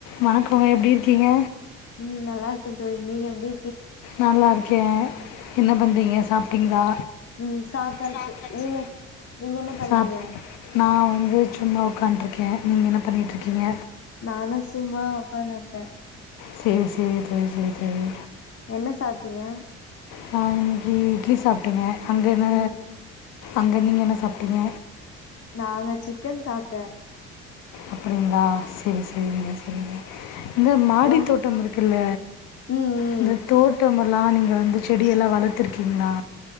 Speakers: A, on the left (about 75°); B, on the left (about 50°).
A: வணக்கங்க எப்டி இருக்கீங்க
B: உம் நல்லா இருக்கும் தோழி நீங்க எப்படி
A: நல்லா இருக்கேன் என்ன பண்றீங்க சாப்டீங்களா
B: ம் சாப்ட்டாச்சு
A: சாப்டாச்சு
B: நீங்க நீங்க என்ன பண்றீங்க
A: சாப் நான் வந்து சும்மா உட்காண்ட்ருக்கேன் நீங்க என்ன பண்ணிட்டுருக்கீங்க
B: நானு சும்மா உக்கானு இருக்கேன்
A: செரி செரி தோழி செரி தோழி
B: என்ன சாப்பிட்டீங்க
A: நான் இங்க இட்லி சாப்ட்டங்க அங்கென்ன
B: ம்
A: அங்க நீங்க என்ன சாப்ட்டீங்க
B: நாங்க சிக்கன் சாப்ட்டேன்
A: அப்புடிந்தா சேரி சேரிங்க சேரிங்க இந்த மாடி
B: அப்றோ
A: தோட்டம் இருக்குல்ல
B: ம் ம்
A: இந்த தோட்டம் எல்லாம் நீங்க வந்து செடிய எல்லாம் வள வளத்துர்க்கீங்களா